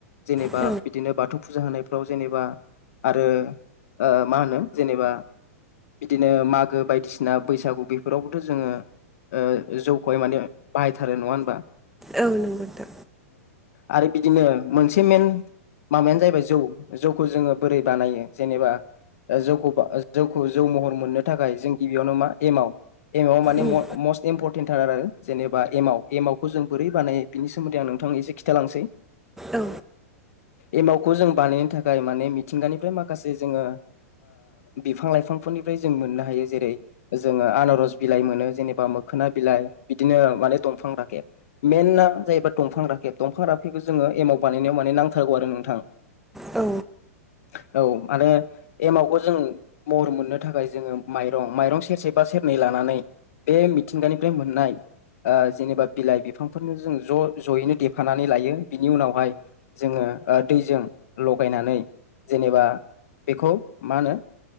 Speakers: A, on the left (about 65°); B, in the centre.
A: जेनेबा
B: औ
A: बिदिनो बाथौ फुजा होनाय फ्राव जेनेबा आरो मा होनो जेनेबा बिदिनो मागो बायदिसिना बैसागु बेफोरावबोथ' जोङो ओ जौखौहाय माने बाहायथारो नङा हबा?
B: औ नंगौदा
A: आरो बिदिनो मोनसे मेन माबायानो जाहैबाय जौ जौखौ जोङो बोरै बानायो। जेनेबा ओ जौखौ जौखौ जौ महर मोननो थाखाय जों गिबियावनो मा एमाव एमाव माने
B: उम
A: म' मस्ट इम्परट थार आरो जेनेबा एमाव एमाव खौ जों बोरै बानायो बिनि सोमोन्दै आं नोंथां एसे खिन्थालांसै।
B: औ
A: एमावखौ जों बानायनो थाखाय माने मिथिंगानिफ्राय माखासे जोङो बिफां लाइफांफोरनिफ्राय जों मोननो हायो जेरै जोङो ओ आनारस बिलाइ मोनो जेनेबा मो खोना बिलाइ बिदिनो माने दंफां राखेब मेना जाहैबा दंफां राखेब दंफां राफेखौ जोङो ओ एमाव बानायनायाव माने नांथारगौ आरो नोंथां
B: औ
A: औ माने एमावखौ जों महर मोननो थाखाय जोङो माइरं माइरं सेरसेबा सेरनै लानो नानै बे मिथिंगानिफ्राय मोननाय ओ जेनेबा बिलाइ बिफांफोरनो जों ज' ज'यैनो देफानानै लायो बिनि उनावहाय जोङो ओ दैजों लगायनानै जेनेबा बेखौ मा होनो